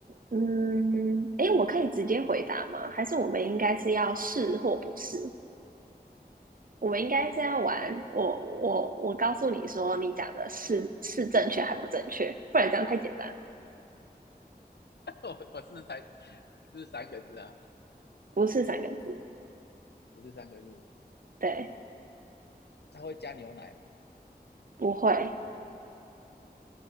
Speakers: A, on the right; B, on the left.
A: 嗯，诶，我可以直接回答吗？还是我们应该是要是或不是？我们应该是要玩，我我我告诉你说，你讲的是是正确还不正确，不然这样太简单。
B: <laughs> 我我是才是三个字啊，
A: 不是三个字，
B: 不是三个字。
A: 对，
B: 它会加牛奶嘛？
A: 不会，